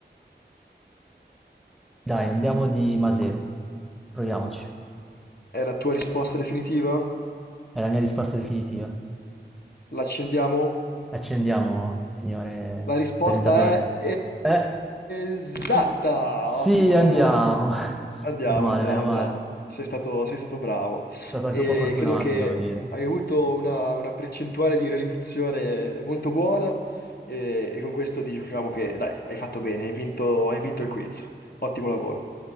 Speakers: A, in the centre; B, on the left.
A: Dai, andiamo di Maseru. Proviamoci.
B: È la tua risposta definitiva?
A: È la mia risposta definitiva.
B: L'accendiamo?
A: Accendiamo, signore
B: La risposta
A: presentatore.
B: è
A: Eh,
B: esatta!
A: s- sì,
B: Ottimo
A: andiamo.
B: lavoro.
A: <laughs>
B: Andiamo,
A: Meno male,
B: andiamo,
A: meno
B: andiamo.
A: male.
B: Sei stato, sei stato bravo.
A: Sono stato anche
B: E
A: un po' fortunato,
B: credo che
A: devo dire.
B: hai avuto una, una percentuale di realizzazione molto buona e, e con questo ti diciamo che, dai, hai fatto bene, hai vinto, hai vinto il quiz. Ottimo lavoro.